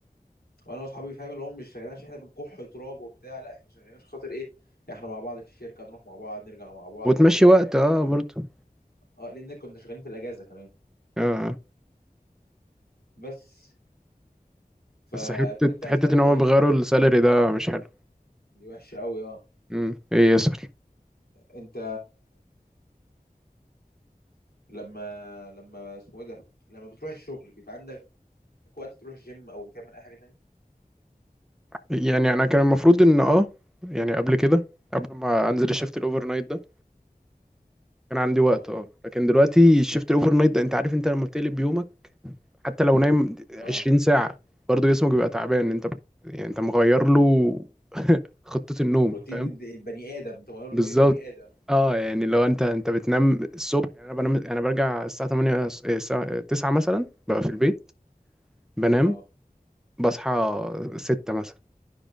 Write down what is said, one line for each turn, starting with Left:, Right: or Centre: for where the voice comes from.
Left: وانا واصحابي فاهم اللي هم مش شغالين عشان احنا بنكح تراب وبتاع لا احنا شغالين عشان خاطر ايه احنا مع بعض في الشركه نروح مع بعض نرجع مع بعض
Centre: وتمشي
Left: كده يعني
Centre: وقت اه برضه
Left: اه لان كنا شغالين في الاجازه كمان
Centre: اه آه.
Left: بس فطب
Centre: بس حته
Left: انت هسألك
Centre: حته ان
Left: سؤال
Centre: هم بيغيروا
Left: بقى
Centre: السالري ده مش حلو
Left: دي وحشه قوي اه
Centre: امم ايه يسأل
Left: انت لما لما اسمه ايه ده لما بتروح الشغل بيبقى عندك وقت تروح الجيم او بتعمل اي حاجه تاني
Centre: يعني انا كان المفروض ان اه يعني قبل كده قبل ما انزل الشيفت الاوفر نايت ده كان عندي وقت
Left: اه
Centre: اه لكن دلوقتي الشيفت الاوفر نايت ده انت عارف انت لما بتقلب يومك حتى لو نايم
Left: اه
Centre: 20 ساعة برضه جسمك بيبقى تعبان انت بت- يعني انت مغير له <laughs> خطة النوم
Left: روتين
Centre: فاهم
Left: البني ادم انت مغير روتين
Centre: بالظبط
Left: البني ادم
Centre: اه يعني لو انت انت بتنام الصبح يعني انا بنام انا برجع الساعة 8 الس- الساعة 9 مثلا ببقى في البيت بنام
Left: اه
Centre: بصحى 6 مثلا